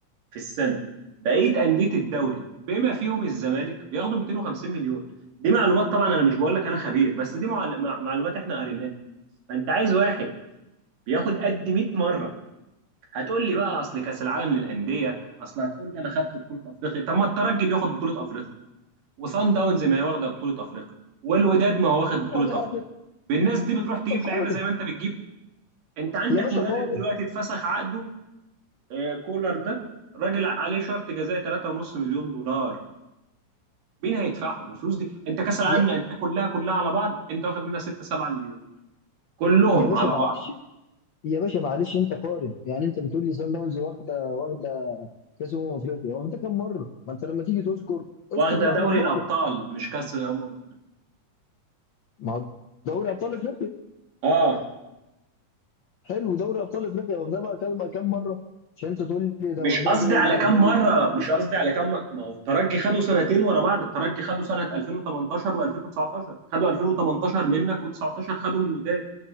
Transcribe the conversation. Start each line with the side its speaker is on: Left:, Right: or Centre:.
Right: في السنه بقيه انديه الدوري بما فيهم الزمالك بياخدوا 250 مليون دي معلومات طبعا انا مش بقول لك انا خبير بس دي معل- مع- معلومات احنا قريناها فانت عايز واحد بياخد قد 100 مره هتقول لي بقى اصل كاس العالم للانديه اصل هتقول لي انا خدت بطوله افريقيا طب ما الترجي بياخد بطوله افريقيا وصن داونز ما هي واخده بطوله افريقيا والوداد ما هو واخد بطوله
Left: اخر
Right: افريقيا
Left: اخر
Right: بالناس دي بتروح تجيب
Left: قارن
Right: لعيبه زي ما انت بتجيب انت عندك
Left: يا باشا
Right: مدرب
Left: قارن
Right: دلوقتي اتفسخ عقده آه، كولر ده راجل عليه شرط جزائي 3.5 مليون دولار مين هيدفعهم الفلوس دي انت كاس العالم
Left: يا,
Right: للانديه كلها كلها على بعض انت واخد منها 6 7 مليون كلهم
Left: يا باشا
Right: على
Left: معلش
Right: بعض
Left: يا باشا معلش انت قارن يعني انت بتقول لي سان داونز واخده واخده كاس امم افريقيا واخده كام مره ما انت لما تيجي تذكر اذكر
Right: واخده
Left: بقى
Right: دوري
Left: بالمره
Right: الابطال مش كاس الامم
Left: ما هو دوري ابطال افريقيا
Right: اه
Left: حلو دوري ابطال افريقيا واخدها بقى كام كام مره عشان انت تقول لي ده
Right: مش
Left: واخدها
Right: قصدي
Left: زي
Right: على
Left: ال-
Right: كام
Left: زي
Right: مره
Left: زي الاهلي
Right: مش قصدي على كام م- ما هو الترجي خدوا سنتين ورا بعض الترجي خدوا سنه 2018 و2019 خدوا 2018 منك و19 خدوا من الوداد